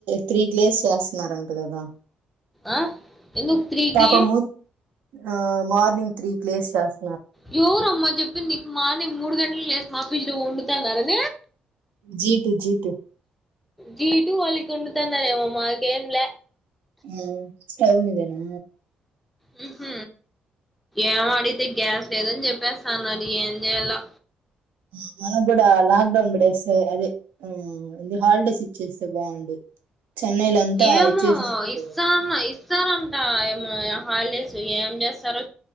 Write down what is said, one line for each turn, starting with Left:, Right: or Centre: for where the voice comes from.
Right: త్రీకి డేస్ చేస్తున్నారంట కదా
Centre: ఆ ఎందుకు త్రీకి
Right: పాపము ఆ మార్నింగ్ త్రీ లేసి చేస్త
Centre: యోరు అమ్మా చెప్పి నికు మ న మూడు గంటలు నే మాఫీస్లు వండుతున్నన్నారుద
Right: జీటు జీటు
Centre: జీ వాళిక కొంట తాందనేమమ్మా గేమ్ల
Right: ఆ స్టవ్ నిదేనా
Centre: ముహ్ ఏం అడిగితే గ్యాస్ లేదని చెప్ప పసానురి ఏం జయలో
Right: ఆ మనకు కూడా లాక్డౌన్ పడేస్తే అదే ఆ హాలిడేస్ ఇచ్చేస్తే బాగుండు చెన్నైలో అంతా
Centre: ఏమో
Right: ఇచ్చేసినారంట
Centre: ఇస్తాన్న
Right: కదా
Centre: ఇ సార్ అంత ఎమ్ హాలిడేస్ ఏం చేస్తారు